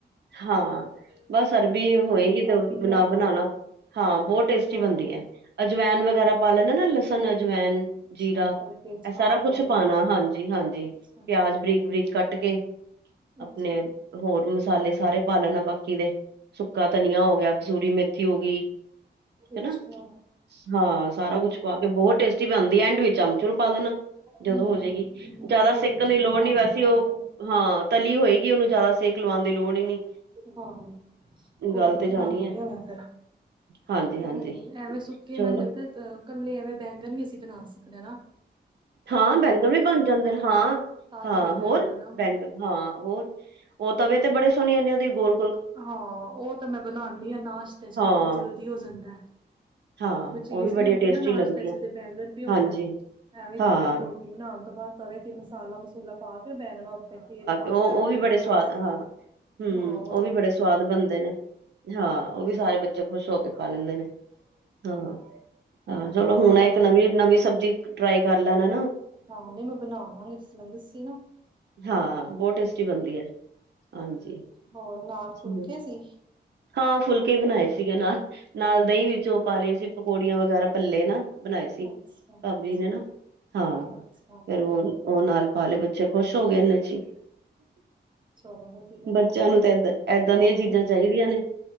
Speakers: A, on the right; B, on the right.
A: ਹਾਂ। ਬਸ ਅਰਬੀ ਹੋਏਗੀ ਤੇ
B: ਅਰਬੀ ਲਿਆਵਾਂਗੀ
A: ਨਾਲ ਬਣਾਨਾ। ਹਾਂ। ਬਹੁਤ ਟੇਸਟੀ
B: ਹਾਂ।
A: ਬਣਦੀ ਐ। ਅਜਵੈਨ ਵਗੈਰਾ ਪਾ ਲੈਣਾ ਨਾ ਲਸਣ ਜਵਾੈਨ
B: ਅੱਛਾ
A: ਜੀਰਾ
B: ਕਰਕੇ
A: ਇਹ
B: ਹਾਂ
A: ਸਾਰਾ ਕੁਛ
B: ਪਹਿਲੇ
A: ਪਾਉਣਾ ਹਾਂਜੀ- ਹਾਂਜੀ
B: ਅੱਛਾ
A: ਪਿਆਜ ਬਰੀਕ- ਬਰੀਕ ਕਟ ਕੇ ਆਪਣੇ
B: ਅੱਛਾ
A: ਹੋਰ ਮਸ ਸਾਲੇ ਸਾਰੇ ਪਾ ਲੈਣਾ ਬਾਕੀ ਦੇ ਸੁਕਾ ਧਨੀਆ ਹੋ ਗਿਆ। ਕਸੂਰੀ ਮੇਥੀ ਹੋ ਗਈ
B: ਅਛਾ-
A: ਹਨਾ ਹਾਂ। ਸਾਰਾ ਕੁਛ ਪਾ ਕੇ ਬਹੁਤ ਟੇਸਟੀ ਬਣਦੀ ਐ। ਐਂਡ ਵਿਚ ਅਮਚੂਰੂ ਪਾ ਦੇਣਾ ਜਦੋ
B: ਹਮ
A: ਹੋਜਏਗੀ। ਜਿਆਦਾ
B: ਕੋਈ
A: ਸੇਕਣ
B: ਨੀ ਚਲੋ
A: ਦੀ ਲੋੜ
B: ਬਣਾਉਣੀ
A: ਨਹੀ ਵੈਸੀੇ
B: ਆ ਮੈਂ
A: ਉਹ
B: ਫਿਰ
A: ਹਾਂ ਤਲੀ ਹੋਏਗੀ। ਉਹਨੂੰ ਜ਼ਿਆਦਾ ਸੇਕ ਲਵਾਉਣ ਦੀ ਲੋੜ ਹੀ ਨੀ
B: ਹਾਂ ਕੋਈ
A: ਗੱਲ
B: ਨੀ
A: ਤੇ ਜਾਣੀ
B: ਬਣਾਨੀ
A: ਹੈ
B: ਆ ਮੈਂ ਫੇਰ।
A: ਹਾਂਜੀ-ਹਾਂਜੀ
B: ਹੋਰ ਐਵੇ ਸੁਕੇ
A: ਚਲੋ
B: ਮੈਨੂੰ ਲਗਦਾ ਅ ਕਲੇ ਐਵੇ ਬੈਂਗਣ ਵੀ ਅਸੀ ਬਣਾ ਸਕਨੇ ਹਾ ਹਨਾ।
A: ਹਾਂ ਬੈਂਗਣ ਵੀ ਬਣ ਜਾਦੇ ਨੇ ਹਾਂ।
B: ਤਾਲ
A: ਹਾਂ
B: ਲਈਏ
A: ਹੋਰ
B: ਬੈਂਗਣ ਹਨਾ।
A: ਬੈਂਕ ਹਾਂ ਹੋਰ ਉਹ ਤਵੇ
B: ਹਾਂ
A: ਤੇ ਬੜੇ ਸੋਹਣੇ ਇਨੇ ਉਹਦੀ ਗੋਲ
B: ਹਾਂ ਉਹ ਤਾਂ ਮੈਂ ਬਨਾਨੀ ਹਾਂ ਨਾਸ਼ਤੇ ਚ ਕਈ
A: ਹਾਂ।
B: ਵਾਰੀ ਜਲਦੀ ਹੋ ਜਾਂਦਾ।
A: ਹਾਂ-ਹਾਂ
B: ਕੋਈ ਚੀਜ਼
A: ਉਹ ਵੀ ਬੜੀਆਂ
B: ਨੀ ਹੁੰਦੀ
A: ਟੇਸਟੀ
B: ਨਾ ਨਾਸਤੇ
A: ਲੱਗਦੀਆਂ
B: ਚ ਤੇ ਬੈਂਗਣ ਪਏ ਹੁੰਦੇ
A: ਹਾਂਜੀ
B: ਐਵੇਂ
A: ਹਾਂ-ਹਾਂ
B: ਤਵੇ ਤੇ ਰੋਟੀ ਬਣਾਉਣ ਤੋਂ ਬਾਅਦ ਤਵੇ ਮਸਾਲਾ-ਮਸੂਲਾ ਪਾ ਕੇ ਬੈਂਗਣਾ ਉਥੇ ਤੇਲ ਪਾ
A: ਉਹ
B: ਕੇ ਰਖ
A: ਉਹ
B: ਦਿਦੇ
A: ਵੀ ਬੜੇ
B: ਹਾਂ
A: ਸਵਾਦ
B: ਕਟ ਸਕ
A: ਹਾਂ
B: ਤੇ
A: ਹੂੰ
B: ਹੋ।
A: ਉਹ ਵੀ ਬੜੇ ਸਵਾਦ ਬਣਦੇ ਨੇ ਹਾਂ ਉਹ ਵੀ ਸਾਰੇ ਬੱਚੇ ਖੁਸ਼ ਹੋ ਕੇ ਖਾ ਲੈਦੇ ਨੇ। ਹਾਂ ਹਾਂ ਚਲੋ
B: ਹੋਰ
A: ਹੁਣ ਇਕ ਨਵੀ ਨਵੀ ਸਬਜ਼ੀ ਟਰਾਈ ਕਰ ਲੈਨਾ।
B: ਹਾਂ ਨੀ ਮੈਂ ਬਣਾਵਾਂਗੀ ਤੁਸੀ ਮੈਨ ਦਸੀ ਨਾ।
A: ਹਾਂ ਬਹੁਤ ਟੇਸਟੀ
B: ਹਾਂ
A: ਬਣਦੀ ਹੈ। ਹਾਂਜੀ।
B: ਹੋਰ ਨਾਲ
A: ਚਲੋ।
B: ਫੁਲਕੇ ਸੀ।
A: ਹਾਂ ਫੁਲਕੇ ਬਣਾਏ ਸੀਗੇ ਨਾਲ, ਨਾਲ ਦਹੀ ਵਿਚ ਉਹ ਪਾ ਲਈਆਂ ਸੀ ਪਕੋੜੀਆਂ ਵਗੈਰਾ ਪੱਲੇ ਨਾ। ਬਣਾਏ
B: ਅੱਛਾ-ਅੱਛਾ,
A: ਸੀ ਭਾਬੀ
B: ਅੱਛਾ
A: ਜੀ ਨੇ ਨਾ ਹਾਂ
B: ਅੱਛਾ
A: ਫੇਰ ਹੁਣ ਉਹ ਨਾਲ ਬਾਲੇ ਬੱਚੇ ਖੁਸ਼ ਹੋ ਗਏ ਇੰਨੇ ਇਚ ਹੀ।
B: ਚਲੋ ਵਧੀਆ।
A: ਬੱਚਿਆਂ ਨੂੰ ਤਾਂ ਏਦਾਂ, ਏਦਾਂ
B: ਹਾਂ,
A: ਦੀਆਂ ਚੀਜ਼ਾਂ ਚਾਹੀਦੀਆਂ ਨੇ।